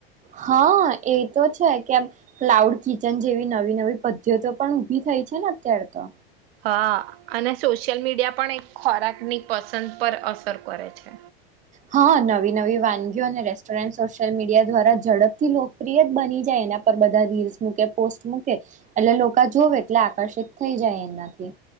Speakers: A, on the right (about 25°); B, on the right (about 75°).
A: હા એ તો છે કેમ ક્લાઉડ કિચન જેવી નવી નવી પદ્ધતિ પણ ઉભી થઈ છે ને અત્યારે તો.
B: હા અને સોશિયલ મીડિયા પણ એક ખોરાકની પસંદ પર અસર કરે છે.
A: હા નવી નવી વાનગીઓ અને રેસ્ટોરન્ટ સોશિયલ મીડિયા દ્વારા ઝડપથી લોકપ્રિય જ બની જાય એના પર બધા રીલ્સ મૂકે પોસ્ટ મૂકે એટલે લોકો જોવે એટલે આકર્ષિત થઈ જાય એનાથી.